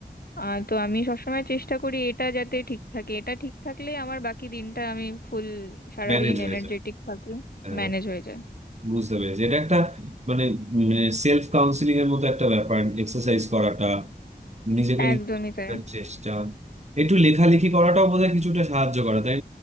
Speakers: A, on the left; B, on the right.
A: আহ, তো আমি সবসময় চেষ্টা করি এটা যাতে ঠিক থাকে এটা ঠিক থাকলে আমার বাকি দিনটা আমি ফুল সারাদিন
B: ম্যানেজ হয়ে
A: এনার্জেটিক
B: যায়
A: থাকি
B: হ্যাঁ,
A: ম্যানেজ হয়ে যায়
B: বুঝতে পেরেছি এটা একটা মানে সেলফ কাউন্সিলিং এর মতো একটা ব্যাপার এক্সারসাইজ করাটা নিজেকে নিজে
A: একদমই তাই
B: চেষ্টা একটু লেখালেখি করাটাও বোধহয় কিছুটা সাহায্য করে তাই